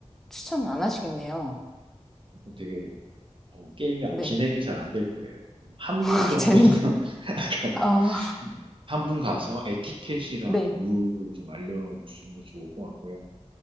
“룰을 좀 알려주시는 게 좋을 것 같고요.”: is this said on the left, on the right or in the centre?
Right